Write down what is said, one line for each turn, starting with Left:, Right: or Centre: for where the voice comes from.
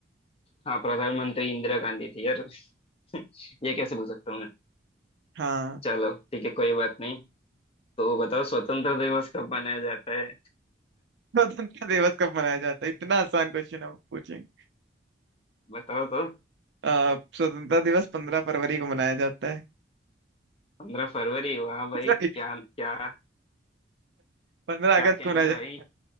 Left: हाँ प्रधानमंत्री इंदिरा गांधी थी यार <laughs> ये कैसे भूल सकता हूँ मैं
Right: हाँ
Left: चलो ठीक है कोई बात नहीं तो बताओ स्वतंत्र दिवस कब मनाया जाता है
Right: स्वतंत्रता दिवस कब मनाया जाता है इतना आसान क्वेश्चन आप पूछे
Left: बताओ तो
Right: अ, स्वतंत्रता दिवस पंद्रह फरवरी को मनाया जाता है
Left: पंद्रह फरवरी वाह भाई
Right: सॉरी
Left: क्या क्या
Right: पंद्रह अगस्त
Left: क्या कहने
Right: को मनाया जाता
Left: भाई